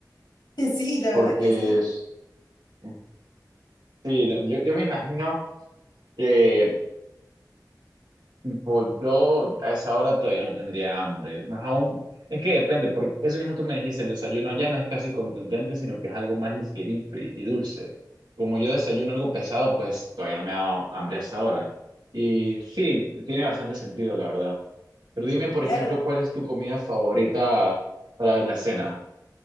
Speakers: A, on the left; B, on the right.
A: <laughs> Sí, la
B: porque...
A: verdad que sí.
B: es- eh, Sí, no, yo, yo me imagino Que pues yo a esa hora todavía no tendría hambre. Más aún, es que depende, porque eso mismo tú me dijiste, el desayuno ya no es casi contundente, sino que es algo más ligerito y, y dulce. Como yo desayuno algo pesado, pues todavía no me ha dado hambre a esa hora. Y sí, tiene bastante sentido, la verdad. Pero dime, por
A: Claro,
B: ejemplo, ¿cuál es tu comida favorita para la cena?